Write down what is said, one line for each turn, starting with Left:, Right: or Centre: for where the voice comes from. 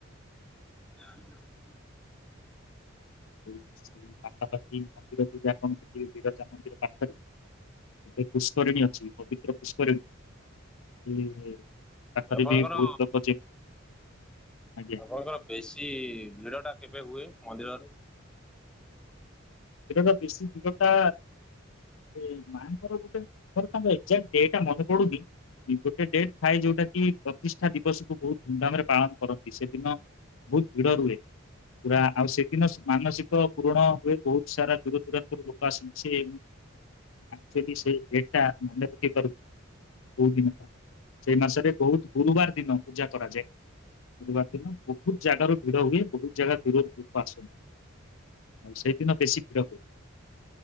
Centre: <inaudible>
Left: ଏଇ ସେ ପାଖା ପାଖି ମନ୍ଦିର ଦିଟା। <unintelligible> ବିରଜା ମନ୍ଦିର ପାଖରେ। ଗୋଟେ ପୁଷ୍କରିଣୀ ଅଛି ପବିତ୍ର ପୁଷ୍କରିଣୀ <unintelligible> ପାଖରେ
Centre: ଆପଣଙ୍କର
Left: ବି ବହୁତ ଲୋକ ଯେ ଆଜ୍ଞା
Centre: ତର ବେଶୀ ଭିଡ଼ଟା କେବେ ହୁଏ ମନ୍ଦିରରେ?
Left: ଏଟାତ ବେଶୀ ଭିଡ଼ଟା ଏ ମାଆଙ୍କର ଗୋଟେ ମୋର କଣ ତାଙ୍କର ଏକ୍ଜାଟ ଡେଟ ଟା ମନେ ପଡ଼ୁନି ଗୋଟେ ଡେଟ୍ ଥାଏ ଯୋଉଟା କି ପ୍ରତିଷ୍ଠା ଦିବସକୁ ବହୁତ ଧୁମଧାମ ରେ ପାଳନ କରନ୍ତି ସେଦିନ ବହୁତ ଭିଡ଼ ରୁହେ ପୁରା ଆ ସେଦିନ ସ ମାନସିକ ପୂରଣ ହୁଏ ବହୁତ ସାରା ଦୂର ଦୂରାନ୍ତରୁ ଲୋକ ଆସୁଛି ୱାକ୍ଚୁଲି ସେ ଡେଟ୍ ଟା ମନେ ପକେଇ ପାରୁନି କୋଉ ଦିନଟା ସେଇ ମାସରେ ବହୁତ ଗୁରୁବାର ଦିନ ପୂଜା କରାଯାଏ ଗୁରୁବାର ଦିନ ବହୁତ ଜାଗାରୁ ଭିଡ଼ ହୁଏ ବହୁତ ଜାଗା ଦୂର ଲୋକ ଆସନ୍ତି। ଆଉ ସେଇଦିନ ବେଶୀ ଭିଡ଼ ହୁଏ।